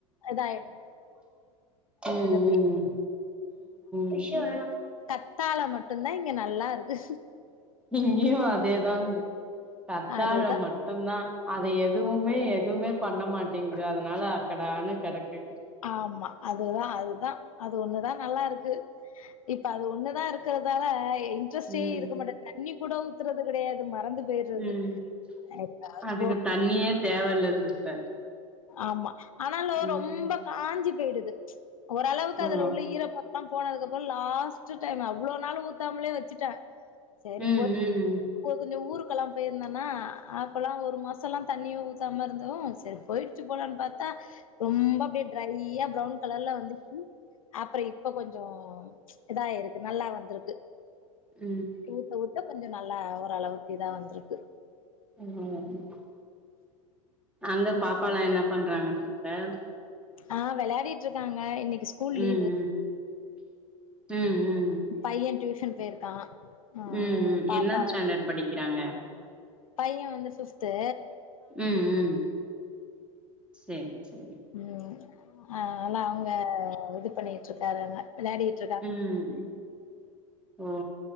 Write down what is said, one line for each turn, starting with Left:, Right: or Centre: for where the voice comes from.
Left: இதாயிடுது.
Centre: ம்
Left: அப்டியே.
Centre: ம் ம்
Left: <inaudible>
Centre: ம்
Left: கத்தால மட்டுந் தா இங்க நல்லாருக்கு
Centre: இங்கியு அதேதா கத்தாழ
Left: அதுதான்
Centre: மட் டுந்தா அத எதுவுமே எதுமே பண்ண மாட்டிங்க அதனால அக்கடானனு கெடக்கு
Left: ஆமா அதுதா அதுதா அது ஒண்ணுதா நல்லா இருக்கு இப்ப அது ஒண்ணுதா இருக்கறதால இன்ட்ரெஸ்டே
Centre: ம்
Left: இருக்க மாட்ட தண்ணி கூட ஊத்துறது கெடையாது மறந்து போயிடுறது
Centre: ம்
Left: எப்பயாவது
Centre: அதுக்கு
Left: போ
Centre: தண்ணியே தேவ இல்ல சிஸ்டர்
Left: ஆமா ஆனாலு ரொம்ப
Centre: ம்
Left: காஞ்சி போயிடுது ஓரளவுக்கு
Centre: ஓ
Left: அதுல உள்ள ஈரப்ப தம் போனதுக்கப்றோ லாஸ்ட் டைம் அவ்ளோ நாள் ஊத்தாமலே வெச்சுட்டே சேரி
Centre: ம்
Left: போய்
Centre: ம்
Left: இப்போ கொஞ்ச ஊரு க்லா போயிருந்தனா அப்பல்லா ஒரு மாசல்லா தண்ணியு ஊத்தாம இருந்தோ சரி போய் ட்டு போலனு பாத்தா ரொம்ப அப்டியே ட்ரைய்யா ப்ரவுன் கலர்ல வந்து அப்ற இப்ப கொஞ்சோ இதா இருக்கு நல்லா வந்திருக்கு
Centre: ம்
Left: ஊத்த ஊத்த கொஞ்ச நல்லா ஓரளவுக்கு இதா வந்திருக்கு
Centre: <unintelligible> அங்க பாப்பாலா என்ன பண்றாங்க சீஸ்டர்
Left: ஆ வெளாடிட்டு இருக்காங்க இன்னைக்கு ஸ்கூல்
Centre: ம்
Left: லீவு
Centre: ம் ம் ம்
Left: பையே டியூஷன் போயிருக்கா ஆ
Centre: ம் ம்
Left: பாப்பா
Centre: என்ன ஸ்டாண்டட் படிக்கிறாங்க
Left: பையே வந்து ஃப்ஃப்த்து
Centre: ம் ம் செரி சரி
Left: ம் அ அதல்லா அவுங்க இது பண்ணிட்ருக்காருங்க வெளாடிட்டு
Centre: ம் ஓ